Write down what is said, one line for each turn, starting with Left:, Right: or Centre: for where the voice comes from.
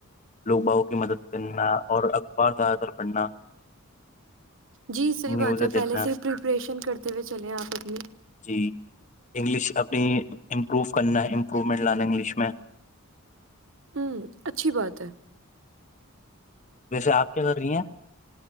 Left: لوگ باؤ کی مدد کرنا اور اخبار زیادہ تر پڑھنا
Right: جی صحیح
Left: نیوزیں
Right: بات ہے
Left: دیکھنا
Right: پہلے سے ہی پریپریشن کرتے ہوئے چلیں آپ اپنی
Left: جی انگلش اپنی امپرو کرنا پومٹ لالا انگلش میں
Right: ہوں اچھی بات ہے
Left: ویسے آپ کیا کر رہی ہیں